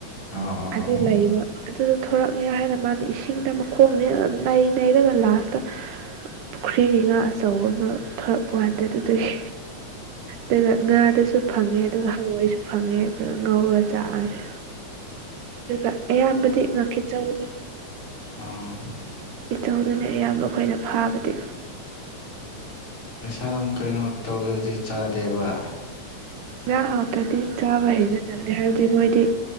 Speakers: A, on the left; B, on the right.
A: ꯑꯣ ꯑꯣ ꯑꯣ
B: ꯑꯗꯨ ꯂꯩꯕ ꯑꯗꯨꯗ ꯊꯣꯔꯛꯑꯦ ꯍꯥꯏꯅ ꯃꯥꯅ ꯏꯁꯤꯡꯅ ꯃꯈꯣꯡꯅꯦ ꯑꯗꯨ ꯅꯩ ꯅꯩꯔꯒ ꯂꯥꯁꯇ ꯄꯨꯈ꯭ꯔꯤꯒꯤꯩ ꯉꯥ ꯑꯆꯧꯕ ꯑꯃ ꯊꯣꯔꯛꯄ ꯀꯥꯟꯗ ꯑꯗꯨꯗꯒꯤ ꯑꯗꯨꯒ ꯉꯥꯗꯨꯁꯨ ꯐꯪꯉꯦ ꯑꯗꯨꯒ ꯍꯪꯉꯣꯏꯁꯨ ꯐꯪꯉꯦ ꯑꯗꯨꯒ ꯉꯧꯔ ꯆꯥꯛꯑꯁꯨ ꯑꯗꯨꯒ ꯑꯌꯥꯝꯕꯗꯤ ꯉꯥꯀꯤꯆꯧꯗꯣ
A: ꯑꯣ
B: ꯏꯇꯧꯗꯨꯅꯦ ꯑꯌꯥꯝꯕ ꯑꯩꯈꯣꯏꯅ ꯐꯥꯕꯗꯤ
A: ꯌꯦꯟꯁꯥꯡ ꯀꯩꯅꯣ ꯇꯧꯗ꯭ꯔꯗꯤ ꯆꯥꯗꯦꯕ
B: ꯌꯦꯟꯖꯥꯡ ꯍꯥꯛꯇꯗꯤ ꯆꯥꯕ ꯍꯩꯖꯗꯕꯦ ꯍꯥꯏꯕꯗꯤ ꯃꯣꯏꯗꯤ